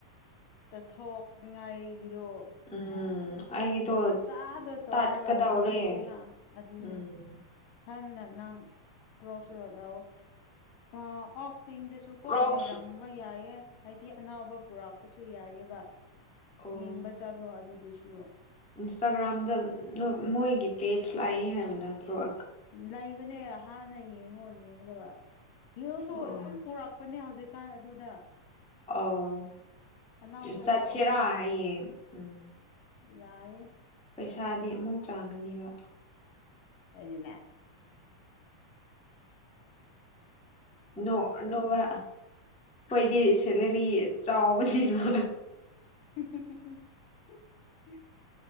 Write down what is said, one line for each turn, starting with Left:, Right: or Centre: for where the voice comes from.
Left: ꯆꯠꯊꯣꯛꯅꯤꯡꯉꯥꯏꯒꯤꯗꯣ
Centre: ꯎꯝ ꯑꯩꯒꯤꯗꯣ
Left: ꯃꯆꯥꯗꯣ ꯇꯧꯔꯒ
Centre: ꯇꯥꯠꯀꯗꯧꯔꯦ
Left: ꯅꯨꯡꯉꯥꯏꯇꯦꯅ ꯑꯗꯨꯅꯤ
Centre: ꯎꯝ
Left: ꯍꯟꯅꯥ ꯅꯪ ꯀ꯭ꯔꯣꯞꯁ ꯗꯣ ꯂꯧ ꯑꯣ ꯑꯧ ꯄꯤꯡꯗꯁꯨ ꯀꯣ
Centre: ꯀ꯭ꯔꯣꯛꯁ
Left: ꯂꯩꯔꯝꯕ ꯌꯥꯏꯌꯦ ꯍꯥꯏꯗꯤ ꯑꯅꯥꯎꯕ ꯄꯨꯔꯛꯄꯁꯨ ꯌꯥꯏꯌꯦꯕ
Centre: ꯑꯣ
Left: ꯌꯦꯡꯕ ꯆꯠꯂꯣ ꯑꯗꯨꯗꯨꯁꯨ
Centre: ꯏꯟꯁꯇꯥꯒ꯭ꯔꯥꯝꯗ ꯃꯣꯏꯒꯤ ꯄꯦꯖ ꯂꯥꯛꯏ ꯍꯥꯏꯕ ꯅꯠꯇ꯭ꯔ‌ꯣ
Left: ꯂꯩꯕꯅꯦ ꯍꯥꯟꯅ ꯌꯦꯡꯉꯣ ꯌꯦꯡꯉꯒ ꯍꯤꯜꯁꯨ
Centre: ꯑꯣ
Left: ꯌꯥꯝ ꯄꯨꯔꯛ ꯄꯅꯦ ꯍꯧꯖꯤꯛꯀꯥꯟ ꯑꯗꯨꯗ
Centre: ꯑꯣ
Left: ꯑꯅꯥꯎꯕꯀꯣ
Centre: ꯆꯠꯁꯤꯔꯥꯅꯥ ꯌꯦꯡ ꯎꯝ
Left: ꯌꯥꯏ ꯑ‌ꯦ
Centre: ꯄꯩꯁꯥꯗꯤ ꯑꯃꯨꯛ ꯆꯪꯒꯅꯤꯕ
Left: ꯑꯗꯨꯅ
Centre: ꯅꯣ ꯅ‌ꯣꯕ ꯑꯩꯈꯣꯏꯗꯤ
Left: ꯎꯝ
Centre: ꯁꯦꯂꯔꯤ ꯆꯥꯎꯕꯁꯤꯅ
Left: <inaudible>